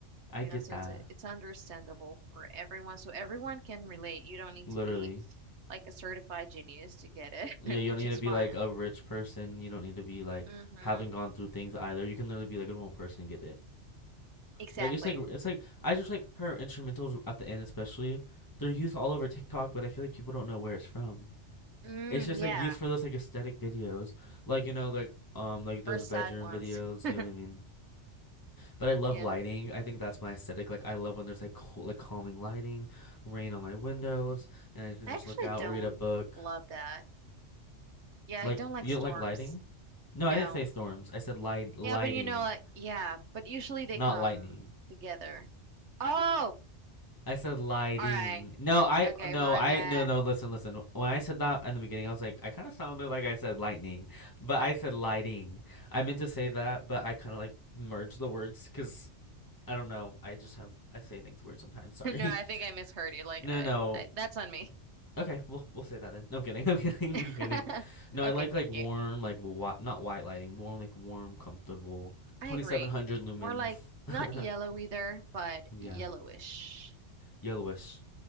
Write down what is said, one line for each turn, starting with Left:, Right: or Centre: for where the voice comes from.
Left: I
Right: You
Left: get
Right: know, so
Left: that.
Right: it's a, it's understandable for everyone, so everyone can relate. You don't need
Left: Literally.
Right: to be like a certified genius to get it,
Left: Yeah, you
Right: <laughs> which
Left: don't need
Right: is
Left: to be
Right: fine.
Left: like a rich person. You don't need to be like
Right: Mm-hmm.
Left: haven't gone through things either. You can literally be like a normal person and get it.
Right: Exactly.
Left: Like it's like it's like I just like her instrumentals at the end especially. They're used all over TikTok, but I feel like people don't know where it's from.
Right: Mm,
Left: It's just
Right: yeah.
Left: like used for those like aesthetic videos, like you know, like um, like those
Right: Or sad
Left: bedroom
Right: ones.
Left: videos.
Right: <laughs>
Left: You know what I mean? But I love
Right: Yeah.
Left: lighting. I think that's my aesthetic. Like I love when there's like cool, like calming lighting, rain on my windows, and I can
Right: I
Left: just
Right: actually
Left: look out,
Right: don't
Left: read a book.
Right: love that. Yeah,
Left: Like
Right: I don't like
Left: you
Right: storms.
Left: don't like lighting? No,
Right: No.
Left: I didn't say storms. I said light lighting,
Right: Yeah, but you know, like, yeah, but usually they
Left: not
Right: come
Left: lightning.
Right: together. Oh,
Left: I said lighting.
Right: all right.
Left: No, I
Right: Okay,
Left: no,
Right: my
Left: I
Right: bad.
Left: no no. Listen, listen. When I said that in the beginning, I was like, I kind of sounded like I said lightning, but I said lighting. I meant to say that, but I kind of like merged the words because I don't know. I just have I say things weird sometimes.
Right: <laughs>
Left: Sorry.
Right: No, I
Left: <laughs>
Right: think I misheard you. Like,
Left: No,
Right: I,
Left: no.
Right: I, that's on me.
Left: Okay, we'll we'll say that then. No, I'm kidding. <laughs> I'm kidding.
Right: <laughs>
Left: I'm kidding. No, I
Right: Okay,
Left: like
Right: thank
Left: like warm,
Right: you.
Left: like wa not white lighting, more like warm, comfortable,
Right: I
Left: 2700
Right: agree.
Left: lumens.
Right: More like
Left: <laughs>
Right: not yellow either, but
Left: Yeah,
Right: yellowish.
Left: yellowish.